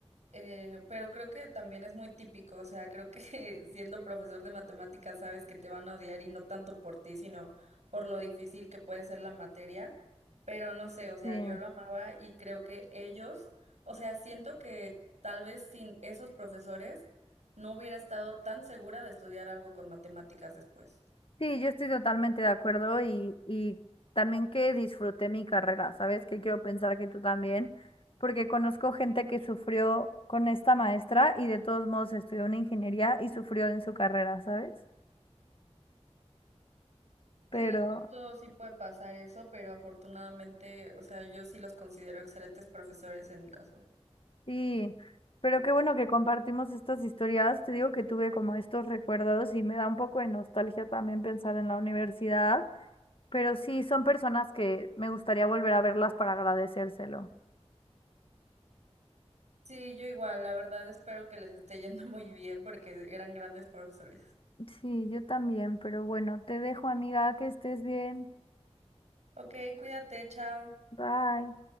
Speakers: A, on the right (about 85°); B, on the left (about 55°).
A: Eh, pero creo que también es muy típico, o sea, creo que <laughs> siendo profesor de matemáticas sabes que te van a odiar y no tanto por ti, sino por lo difícil que puede ser la materia, pero no sé, o sea,
B: Sí,
A: yo lo amaba y creo que ellos, o sea, siento que tal vez sin esos profesores no hubiera estado tan segura de estudiar algo con matemáticas después.
B: sí, yo estoy totalmente de acuerdo y, y también que disfruté mi carrera, ¿sabes? Que quiero pensar que tú también, porque conozco gente que sufrió con esta maestra y de todos modos estudió una ingeniería y sufrió en su carrera, ¿sabes? Pero
A: Sí, justo sí puede pasar eso, pero afortunadamente, o sea, yo sí los considero excelentes profesores en mi caso.
B: sí, pero qué bueno que compartimos estas historias. Te digo que tuve como estos recuerdos y me da un poco de nostalgia también pensar en la universidad. Pero sí, son personas que me gustaría volver a verlas para agradecérselo.
A: Sí, yo igual, la verdad espero que les esté yendo <laughs> muy bien porque eran grandes profesores.
B: Sí, yo también, pero bueno, te dejo, amiga, que estés bien.
A: Ok, cuídate, chao.
B: Bye.